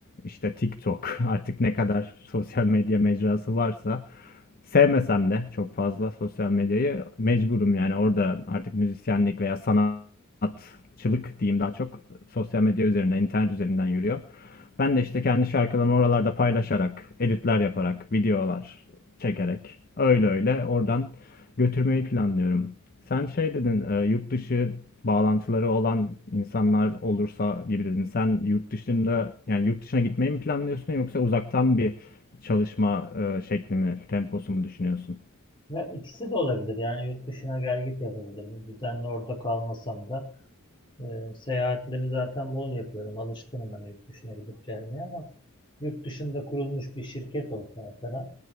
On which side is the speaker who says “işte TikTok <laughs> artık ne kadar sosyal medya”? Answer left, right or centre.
Left